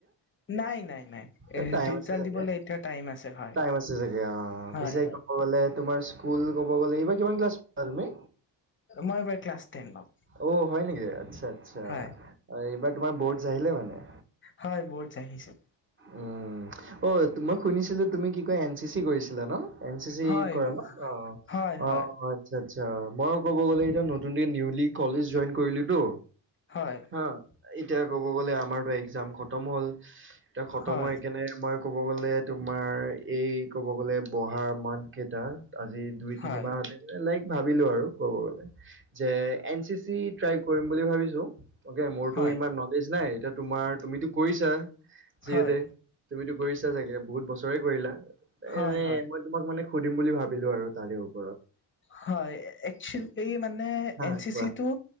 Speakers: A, on the left; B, on the right.
A: নাই নাই নাই
B: এ টাইম
A: ৰিজাল্ট
B: আছে চাগে
A: দিবলৈ এতিয়া টাইম আছে হয়
B: টাইম আছে চাগে, অ
A: হয়
B: পিছে
A: হয়
B: ক'ব গলে তোমাৰ স্কুল ক'ব গ'লে এইবাৰ কিমান ক্লাছ পালা তুমি?
A: মই এবাৰ ক্লাছ টেনত
B: অ হয় নেকি আচ্ছা আচ্ছা,
A: হয়
B: এইবাৰ তোমাৰ বৰ্ডচ আহিলে মানে?
A: হয় বৰ্ডছ আহিছে।
B: উম অ মই শুনিছিলো তুমি কি কয় এন চি চি কৰিছা? লা ন, এনি চি
A: হয়
B: কৰা ন অ
A: হয়
B: অ
A: হয়
B: আচ্ছা আচ্ছা। আচ্ছা মই ক'ব গলে এতিয়া নতুন নিউলি কলেজ জইন কৰিলোতো
A: হয়
B: হা এতিয়া ক'ব গ'লে আমাৰ ত একজাম খতম হ'ল এতিয়া খতম
A: হয়
B: হৈ কিনে মই ক'ব গ'লে তোমাৰ এই ক'ব গ'লে বহা মানথকেইটা আজি দুই
A: হয়
B: তিনিমাহতে
A: হয়
B: লাইক ভাবিলো আৰু কব গলে যে এন চি চি ট্ৰাই কৰিম বুলি ভাবিছো। তাকে মোৰতো
A: হয়
B: ইমান নলেজ নাই এতিয়া তোমাৰ তুমিতো কৰিছা যিহেতু
A: হয়
B: তুমিতো কৰিছা চাগে বহুত বছৰে কৰিলা,
A: হয়
B: এনে
A: হয়
B: মই তোমাক মানে সুধিম বুলি ভাবিলোঁ আৰু তাৰেও।
A: হয় একচেলি মানে
B: হা
A: এন চি
B: কোৱা
A: চিটো